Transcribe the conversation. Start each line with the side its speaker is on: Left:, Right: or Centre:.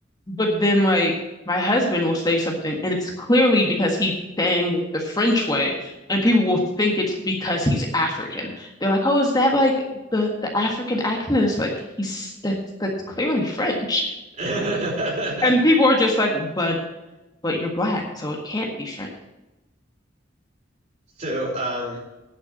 Left: But then like my husband will say something and it's clearly because he's saying it the French way and people will think it's because he's African. They're like, "Oh, is that like the the African accent?" And it's like he's that's that's clearly French.
Right: <laughs>
Left: And people are just like, "But but you're black, so it can't be French."
Right: So, um,